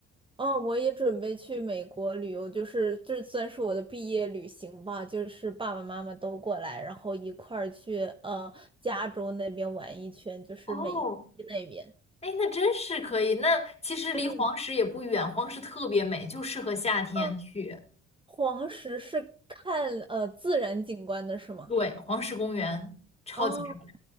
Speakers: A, on the right; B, on the left.
A: 哦，我也准备去美国旅游，就是这算是我的毕业旅行吧，就是爸爸妈妈都过来，然后一块儿去呃加州那边玩一圈，就是美西那边。
B: 哦，哎，那真是可以。那其实离黄石也不远，
A: 嗯
B: 黄石特别美，就适合夏天去。
A: 嗯，黄石是看呃自然景观的是吗？
B: 对，黄石公园超级漂亮。
A: 哦，